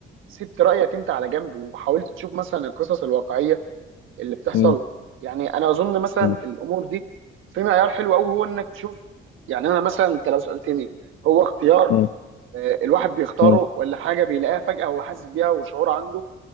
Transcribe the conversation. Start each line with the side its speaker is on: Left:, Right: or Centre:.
Right: سبت رايك انت على جنب وحاولت تشوف مثلا القصص الواقعيه اللي بتحصل
Left: م-
Right: يعني انا اظن مثلا
Left: م-
Right: في الامور دي في معيار حلو قوي هو انك تشوف يعني انا مثلا انت لو سالتني هو اختيار
Left: م-
Right: آه الواحد بيختاره
Left: م- م-
Right: ولا حاجه بيلاقيها فجاه وحاسس بيها وشعور عنده